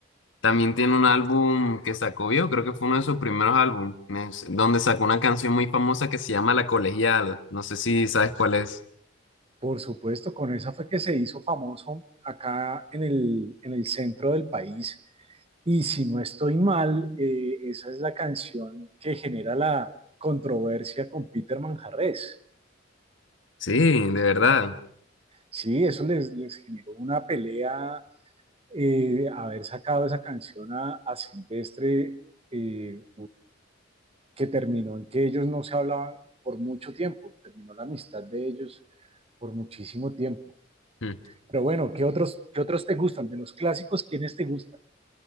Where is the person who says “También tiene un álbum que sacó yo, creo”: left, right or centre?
Left